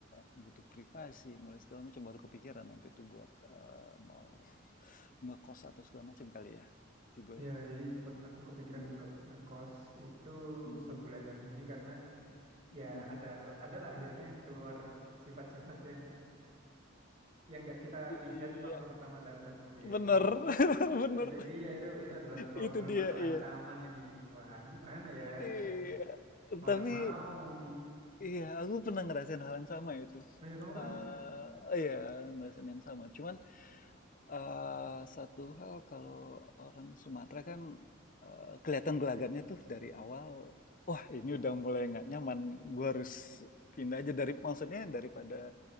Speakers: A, on the left; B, on the right.
A: butuh privasi, mulai segala macam baru kepikiran nanti tuh buat eh, mau ngekos atau segala macam kali ya, Vigo ya.
B: Ya, jadi sempat aku kepikiran
A: Mm,
B: buat ngekos itu
A: mm,
B: sebulanan
A: mm,
B: ini karena ya
A: mhm.
B: ada adalah akhirnya keluar sifat-sifat yang yang nggak kita
A: Iya,
B: lihat waktu pertama datang gitu.
A: bener, <laughs> bener.
B: Itu dia itu itu adalah problem
A: Itu dia,
B: atau
A: iya.
B: ancaman ini. Wah, gimana ya
A: Iya,
B: gitu. Mau
A: tapi
B: nggak mau nih.
A: iya aku pernah ngerasain hal yang sama itu.
B: Oh ya kamu pernah?
A: Eee, iya ngerasain yang sama, cuman Eh, satu hal kalau orang Sumatera kan eh, kelihatan gelagatnya tuh dari awal, wah ini udah mulai nggak nyaman, gua harus pindah aja dari maksudnya daripada